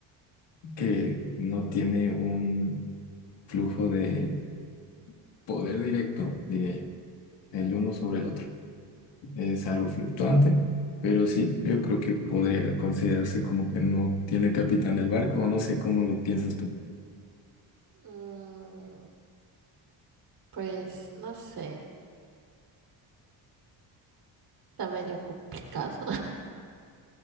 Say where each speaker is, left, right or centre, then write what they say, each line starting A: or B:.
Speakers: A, on the left; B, on the right.
A: que no tiene un flujo de poder directo, diría yo, el uno sobre el otro. es algo fluctuante, pero sí, yo creo que podría considerarse como que no tiene capitán el barco, o no sé cómo lo piensas tú.
B: Mm, Pues no sé, está medio complicado.